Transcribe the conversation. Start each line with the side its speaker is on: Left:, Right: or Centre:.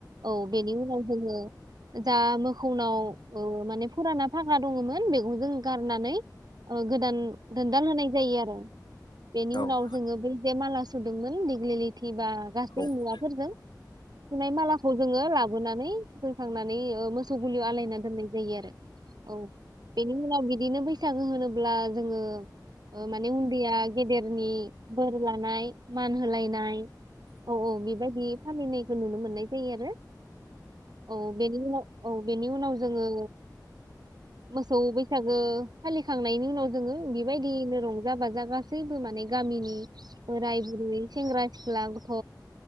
Right: औ बेनि उनाव जोङो जा मोखौनाव औ ओ माने फोराना फाग्रा दङमोन बेखौ जों गारनानै ओ गोदान दोनदाल होनाय जायो आरो बेनि
Left: औ नंगौ
Right: उनाव जोङो बै जे माला सुदोंमोन दिग्लिलिथि बा गासै
Left: नोंथाङा
Right: मुवाफोरजों सुनाय मालाखौ जोङो लाबोनानै थुखैखांनानै ओ मोसौ गुलियाव आलायना दोननाय जायो आरो औ बेनि उनाव बिदिनो बैसागो होनोब्ला जोङो ओ माने उन्दैया गेदेरनि बोर लानाय मान होलायनाय औ औ बेबायदि फालिनायखौ नुनो मोननाय जायो आरो औ बेनि उनाव औ बेनि उनाव जोङो मोसौ बैसागो फालिखांनायनि उनाव जोङो बेबायदिनो रंजा बाजा गासैबो माने गामिनि बोराय बुरि सेंग्रा सिख्ला, गथ'